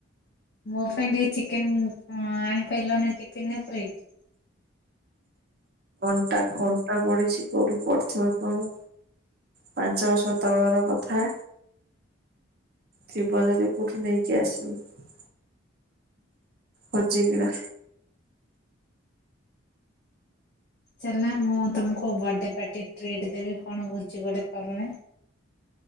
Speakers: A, on the left; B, on the right.
A: ମୋ ପାଈଁ ଟିକେ ଚିକେନ୍ ଉଁ ଆଣି ପାଇଲନି ଟିପିନ ରେ ପୁରେଇକି।
B: କଣ୍ଟା କଣ୍ଟା ବଢିଛି କୋଉଠି ପଡ଼ିଥିବ କି କଣ। ପାଞ୍ଚ ବର୍ଷ ତଳର କଥା। ଥିବ ଯଦି କୋଉଠି ନେଇଜା ଆସିକି। ଖୋଜିକିନା।
A: ଚାଲୁନା ମୁଁ ତମକୁ ବାଡେ ଟ୍ରିଟ ଦେବି କଣ ଭୋଜି ଗୋଟେ କରୁନ।